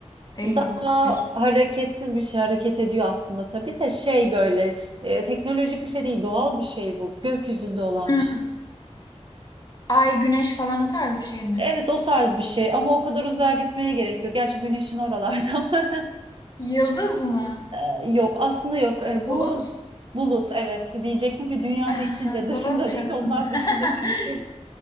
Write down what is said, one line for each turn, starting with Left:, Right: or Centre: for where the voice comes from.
Left: değildir.
Right: Daha hareketsiz bir şey hareket ediyor aslında tabii de şey böyle e, teknolojik bir şey değil doğal bir şey bu gökyüzünde olan
Left: Hı.
Right: bir şey.
Left: Ay, güneş falan o tarz bir şey mi?
Right: Evet o tarz bir şey ama o kadar uzağa gitmeye gerekiyor. Gerçi güneşin oralarda ama
Left: Yıldız mı?
Right: <laughs> e, yok aslında yok. E,
Left: Bulut?
Right: bu bulut evet diyecektim ki dünyanın
Left: <laughs>
Right: içinde
Left: Zormuş
Right: dışında değil
Left: aslında.
Right: onlar
Left: <laughs>
Right: dışında çünkü.